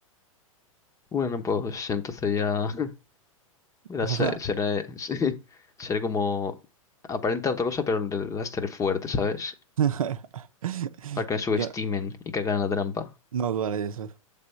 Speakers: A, on the left; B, on the right.
A: Bueno, pues entonces ya <laughs> Era,
B: O
A: se-
B: sea, suena-
A: será, <laughs> sí, será como aparenta otra cosa, pero en realidad estaré fuerte, ¿sabes?
B: <laughs>
A: Para que me subestimen
B: Yo
A: y que hagan la trampa.
B: no dudaré de eso.